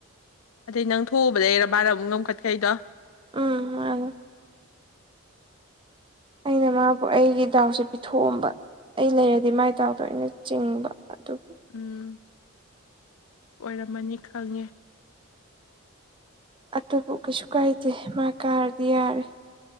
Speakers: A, on the left (about 85°); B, on the right (about 25°).
A: ꯑꯗꯩ ꯅꯪ ꯊꯣꯛꯎꯕꯗꯩꯔ ꯃꯅꯥ ꯑꯃꯨꯛ ꯉꯝꯈꯠꯈꯩꯗꯣ
B: ꯎꯝ ꯃꯅꯦ ꯑꯩꯅ ꯃꯥꯕꯨ ꯑꯩꯒꯤ ꯗꯥꯎꯁꯦ ꯄꯤꯊꯣꯛꯑꯝꯕ ꯑꯩ ꯂꯩꯔꯗꯤ ꯃꯥꯏ ꯗꯥꯎꯗꯣ ꯑꯩꯅ ꯆꯤꯡꯕ ꯑꯗꯨ
A: ꯎꯝ ꯑꯣꯏꯔꯝꯃꯅꯤ ꯈꯪꯉꯦ
B: ꯑꯗꯨꯕꯨ ꯀꯩꯁꯨ ꯀꯥꯏꯗꯦ ꯃꯥ ꯀꯥꯔꯗꯤ ꯌꯥꯔꯦ